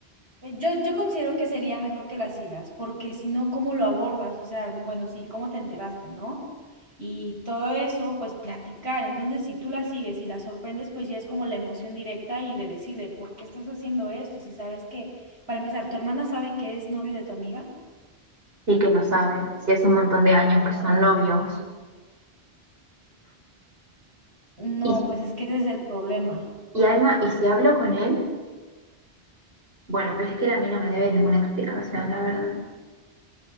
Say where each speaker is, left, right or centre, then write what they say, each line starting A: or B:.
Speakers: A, on the right; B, on the right.
A: Eh, Yo, yo considero que sería mejor que la sigas, porque si no, ¿cómo lo abordas? O sea, bueno, sí, ¿cómo te enteraste, no? Y todo eso, pues platicar. Entonces, si tú la sigues y la sorprendes, pues ya es como la emoción directa y de decirle, ¿por qué estás haciendo esto? Si sabes que, para empezar, ¿tu hermana sabe que es novio de tu amiga?
B: sí que lo sabe, si hace un montón de años
A: Ay,
B: que son novios.
A: ok. No,
B: Y, si-
A: pues es que ese es el problema.
B: y Alma, ¿y si hablo con él? Bueno, pero es que él a mí no me debe ninguna explicación, la verdad.